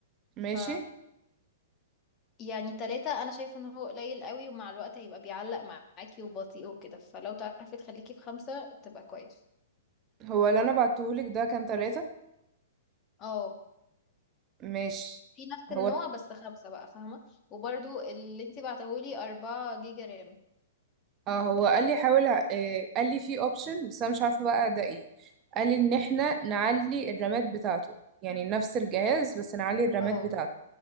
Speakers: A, on the right (about 30°); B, on the left (about 25°).
A: ماشي
B: ف يعني تلاتة انا شايفة ان هو قليل قوي ومع الوقت هيبقى بيعلق معاكي وبطيء وكده فلو تعرفي تخليكي في خمسة تبقى كويس
A: هو اللي انا بعتهولك ده كان تلاتة
B: اه
A: ماشي
B: في نفس
A: هو
B: النوع بس خمسة بقى فاهمة وبرضو اللي انتي بعتهولي أربعة جيجا رام
A: اه هو قال لي حاول آه قال لي في اوبشن بس انا مش عارفة بقى ده ايه قال لي ان احنا نعلي الرامات بتاعته يعني نفس الجهاز بس نعلي الرامات
B: اه
A: بتاعته